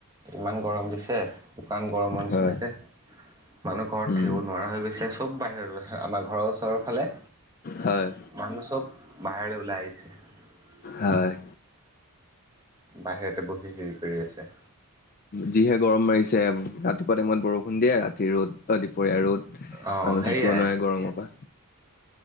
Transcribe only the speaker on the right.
ইমান গৰম দিছে। শুকান গৰমৰ নিচিনাকে
মানুহ ঘৰত
থাকিব নোৱাৰা হৈ গৈছে। চব বাহিৰৰ হে আমাৰ ঘৰৰ ওচৰৰ ফালে।
মানুহ চব বাহিৰলে ওলাই আহিছে।
বাহিৰতে বহি হেৰি কৰি আছে।
অঁহ
সেইয়াই।